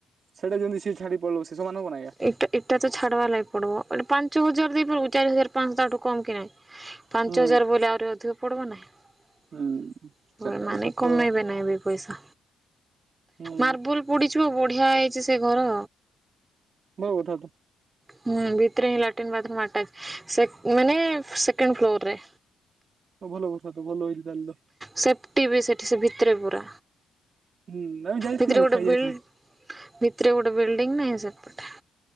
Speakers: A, on the right; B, on the right.
A: ସେଇଟା ଯେମିତି ସେ ଛାଡି ପଳେଇବ ସେ ସମାନ ହବ ନା ଆଜ୍ଞା।
B: ଏଇଟା ଏଇଟା ତ ଛାଡ଼ୱ ଲାଗ ପଡିବ। ମଟେ ପାଞ୍ଚ ହଜାର ଦେଇପାରିବୁ ଚାରି ହଜାର ପାଞ୍ଚଠୁ କମ କି ନାହିଁ ପାଞ୍ଚ
A: ହୁଁ
B: ହଜାର ବଲେ ଆହୁରି ଅଧିକ ପଡବ ନାହିଁ
A: ହୁଁ। ସେଟା
B: ମାନେ
A: ବି ସତ
B: କମେଇବେ ନାହିଁ ବି ପଇସା।
A: ହୁଁ
B: ମାର୍ବୁଲ ପୋଡିଛିବ ଆ ବଢିଆ ହେଇଛି ସେ ଘର।
A: ଭଲ କଥା ତ।
B: ହୁଁ ଭିତରେଁ ଲାଟ୍ରିନ୍ ବାଥ୍ରରୁମ ଆଟାଚ ସେ ମାନେ ସେକେଣ୍ଡ ଫ୍ଲୋରରେ।
A: ତ ଭଲ କଥା ତ ଭଲ ହେଇଛି ତାହେଲେ ତ।
B: ସେଫ୍ଟି ବି ସେଠି ସେ ଭିତରେ ପୁରା।
A: ହୁଁ ଆମେ ଯାଇଥିଲୁ
B: ଭିତରେ
A: ଆମେ
B: ଗୋଟେ
A: ଖାଇ
B: ବିଲ୍ଡ
A: ଯାଇଥିଲି।
B: ଭିତରେ ଟେ ବିଲ୍ଡିଂ ନାହିଁ ସେପଟେ।